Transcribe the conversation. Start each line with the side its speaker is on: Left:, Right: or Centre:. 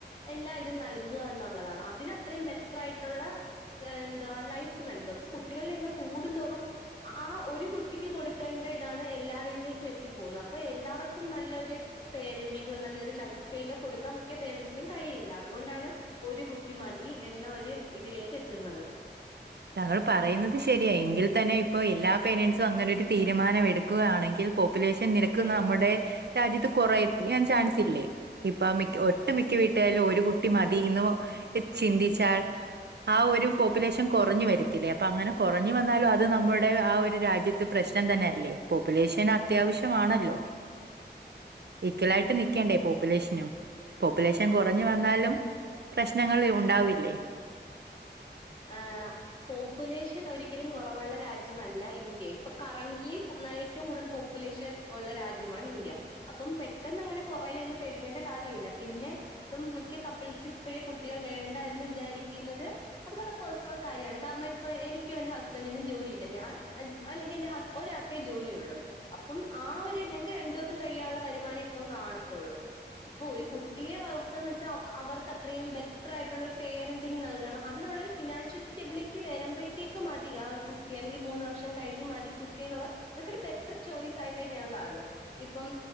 Left: എല്ലാ ഇതും നൽകുക എന്നുള്ളതാണ് അതിനത്രയും ബെറ്റർ ആയിട്ടുള്ള എന്താ ലൈഫ് നൽക അപ്പൊ കുട്ടികളുടെ എണ്ണം കൂടും തോറും ആ ഒരു കുട്ടിക്ക് കൊടുക്കേണ്ട ഇതാണ് എല്ലാരിലേക്കും എത്തിപ്പോകുന്നത് അപ്പൊ എല്ലാ എല്ലാവർക്കും നല്ലൊരു പേരന്റിങ്ങോ നല്ലൊരു ലൈഫ് സ്റ്റൈലോ കൊടുക്കാൻ മിക്ക പേരന്റ്സിനും കഴിയില്ല അതുകൊണ്ടാണ് ഒരു കുട്ടി മതി എന്ന ഒരു ഇതിലേക്ക് എത്തുന്നത്
Right: താങ്കൾ പറയുന്നത് ശരിയാ എങ്കിൽ തന്നെ ഇപ്പൊ എല്ലാ പേരന്റ്സും അങ്ങനെ ഒരു തീരുമാനം എടുക്കുകയാണെങ്കിൽ പോപ്പുലേഷൻ നിരക്ക് നമ്മുടെ രാജ്യത്ത് കുറയ്ക്കാൻ ചാൻസ് ഇല്ലേ ഇപ്പ മിക്ക ഒട്ടു മിക്ക വീട്ടായാലും ഒരു കുട്ടി മതി എന്ന് ചിന്തിച്ചാൽ ആ ഒരു പോപ്പുലേഷൻ കുറഞ്ഞു വരത്തില്ലേ അപ്പൊ അങ്ങനെ കുറഞ്ഞു വന്നാലും അത് നമ്മുടെ ആ ഒരു രാജ്യത്ത് പ്രശ്നം തന്നെ അല്ലേ പോപ്പുലേഷൻ അത്യാവശ്യമാണല്ലോ ഈക്വലായിട്ട് നിക്കേണ്ടേ പോപ്പുലേഷനും പോപ്പുലേഷൻ
Left: ഒന്ന്
Right: കുറഞ്ഞു വന്നാലും പ്രശ്നങ്ങൾ ഉണ്ടാവില്ലേ
Left: ആഹ് പോപ്പുലേഷൻ ഒരിക്കലും കുറവുള്ള രാജ്യമല്ല ഇന്ത്യ ഇപ്പൊ കറന്റ്ലി ഏറ്റവും കൂടുതൽ പോപ്പുലേഷൻ ഉള്ള രാജ്യമാണ് ഇന്ത്യ അപ്പം പെട്ടെന്ന് അങ്ങനെ കുറയും എന്ന് പേടിക്കേണ്ട കാര്യമില്ല പിന്നെ ഇപ്പം മിക്ക കപ്പിൾസ് ഇപ്പോഴേ കുട്ടികൾ വേണ്ട എന്ന് വിചാരിക്കുന്നത്. അത്ഒക്കെ പേഴ്സണൽ കാര്യമാണ് കാരണംപ്പോൾ എനിക്കും എന്റെ ഹസ്ബൻഡിനും ജോലിയില്ല ഞാൻ അല്ലെങ്കിൽഎന്റെ ഹസ് ഒരാക്കെ ജോലി ഒള്ളൂ. അപ്പം ആഹ് ഒരു ഞങ്ങക്ക് രണ്ട് പെർക്കും കഴിയാനുള്ള വരുമാനം ഇപ്പം കാണത്തുള്ളൂ. ഇപ്പൊ ഒരു കുട്ടിയെ വളർത്തന്ന് വെച്ചാ അവർക്ക് അത്രയും ബെറ്റർ ആയിട്ടുള്ള ഒരു പേരന്റിങ് നൽകണം. അതിനുള്ളൊരു ഫിനാൻഷ്യൽ സ്റ്റെബിലിറ്റി വരുമ്പോഴത്തേക്ക് മതി ആഹ് ഒരു കുട്ടി അല്ലെങ്കിൽ മൂന്ന് വർഷം കഴിഞ്ഞ് മതി കുട്ടി എന്നുള്ള. അതൊക്കൊരു ബെറ്റർ ചോയ്സ് ആയിട്ടെ ഞാൻ കാണു. ഇപ്പം